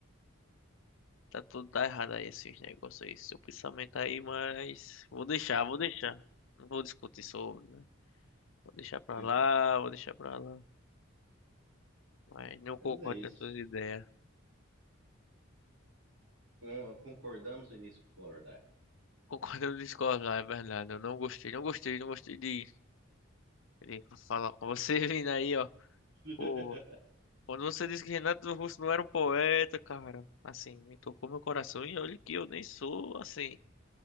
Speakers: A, on the left (about 65°); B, on the right (about 75°).
A: Tá tudo tá errado aí esses negócios aí, seu pensamento aí, mas vou deixar, vou deixar. Não vou discutir sobre, né? Vou deixar pra
B: <laughs>
A: lá, vou deixar pra lá. Mas não concordo
B: Mas é isso.
A: com as suas ideias.
B: Con- Concordamos em discordar.
A: Concordo ou discordo, é verdade. Eu não gostei, não gostei, não gostei de, de falar com você <laughs> vindo aí, ó.
B: <laughs>
A: Pô, quando você disse que Renato Russo não era um poeta, cara, assim, me tocou meu coração e olha que eu nem sou, assim,